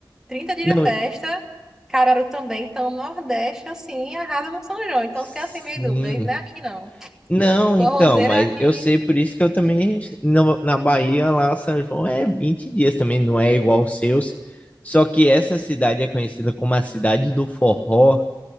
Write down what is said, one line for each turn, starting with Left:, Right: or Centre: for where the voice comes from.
Centre: 30 dias
Left: Não,
Centre: de festa,
Left: em-
Centre: Caruaru também, então o Nordeste, assim, arrasa no São João. Então
Left: sim.
Centre: eu fiquei assim, meio dúvida. E não é aqui não.
Left: Não,
Centre: Eu tô
Left: então,
Centre: roseira
Left: mas
Centre: aqui
Left: eu sei por isso que eu também, no- na Bahia, lá, São João é 20 dias também, não é igual aos seus. Só que essa cidade é conhecida como a cidade do forró,